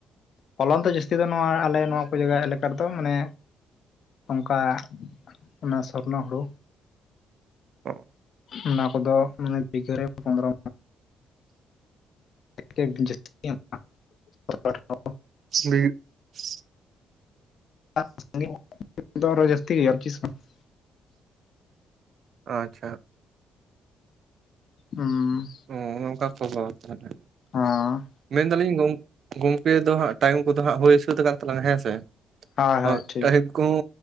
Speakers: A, on the left; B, on the right.
A: ᱯᱷᱚᱞᱚᱱ ᱫᱚ ᱡᱟᱹᱥᱛᱤ ᱫᱚ ᱱᱚᱣᱟ ᱟᱞᱮ ᱱᱚᱣᱟ ᱠᱚ ᱡᱟᱜᱟ ᱮᱞᱟᱠᱟ ᱨᱮᱫᱚ ᱢᱟᱱᱮ ᱚᱝᱠᱟ ᱚᱱᱟ ᱥᱚᱨᱱᱚ ᱦᱩᱲᱩ᱾
B: ᱚᱸ
A: ᱚᱱᱟ ᱠᱚᱫᱚ ᱢᱟᱱᱮ ᱵᱤᱜᱷᱟᱹ ᱨᱮ ᱯᱚᱸᱫᱨᱚ <unintelligible>
B: <unintelligible>
A: <unintelligible>
B: ᱟ ᱪᱷᱟ
A: ᱩᱸᱻ
B: ᱚ ᱱᱚᱝᱠᱟ ᱠᱷᱳᱵᱳ ᱛᱟᱦᱞᱮ
A: ᱦᱟᱸ
B: ᱢᱮᱱᱫᱟᱞᱤᱧ ᱜᱚᱢ ᱜᱚᱢᱠᱮ ᱫᱚ ᱦᱟᱸᱜ ᱴᱟᱭᱤᱢ ᱠᱚᱫᱚ ᱦᱟᱸᱜ ᱦᱩᱭ ᱥᱟᱹᱛ ᱠᱟᱱ ᱛᱟᱞᱟᱝᱟ ᱦᱮᱸ ᱥᱮ,
A: ᱦᱳᱭ
B: ᱦᱚᱸ
A: ᱦᱳᱭ ᱴᱷᱤᱠ
B: ᱴᱟᱭᱤᱢ ᱠᱚᱦᱚ